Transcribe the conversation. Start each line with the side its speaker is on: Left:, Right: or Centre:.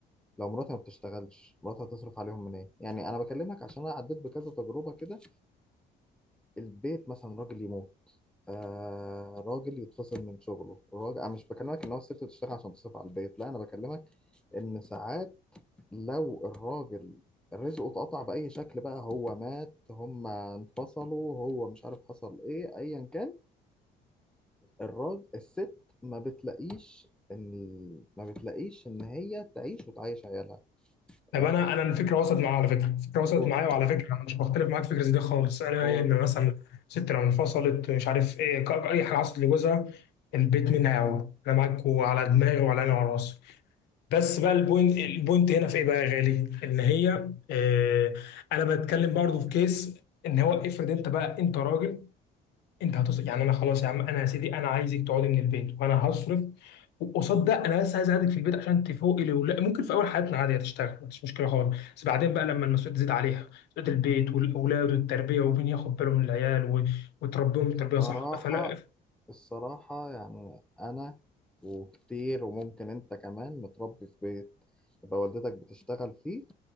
Centre: لو مراتي ما بتشتغلش مراتي هتصرف عليهم منين يعني انا بكلمك عشان انا عديت بكذا تجربه كده البيت مثلا راجل يموت آه راجل يتفصل من شغله راجل انا مش بكلمك ان هو الست تشتغل عشان تصرف على البيت لا انا بكلمك ان ساعات لو الراجل رزقه اتقطع باي شكل بقى هو مات هم انفصلوا هو مش عارف حصل ايه ايا كان الراجل الست ما بتلاقيش ان ما بتلاقيش ان هي تعيش وتعيش عيالها
Left: طب
Centre: آه
Left: انا انا الفكره وصلت معايا على فكره الفكره وصلت
Centre: قول
Left: معايا وعلى فكره انا مش بختلف معاك في الفكره دي خالص انا
Centre: قول
Left: هي ان مثلا ست لو انفصلت مش عارف ايه ك- اي حاجه حصلت لجوزها البيت مين هيعوض انا معاك وعلى دماغي وعلى عيني وعلى راسي بس بقى البوينت البوينت هنا في ايه بقى يا غالي ان هي آه انا بتكلم برضه في كيس ان هو افرض انت بقى انت راجل انت هتصرف يعني انا خلاص يا عم انا يا سيدي انا عايزك تقعدي من البيت وانا هصرف وقصاد ده انا بس عايز اقعدك في البيت عشان تفوقي لي ولا ممكن في اول حياتنا عادي هتشتغل ما فيش مشكله خالص بس بعدين بقى لما المسؤوليه تزيد عليها مسؤوليه البيت والاولاد والتربيه ومين ياخد باله من العيال و- وتربيهم تربيه
Centre: صراحة
Left: صح فلا
Centre: الصراحة يعني انا وكتير وممكن انت كمان متربي في بيت تبقى والدتك بتشتغل فيه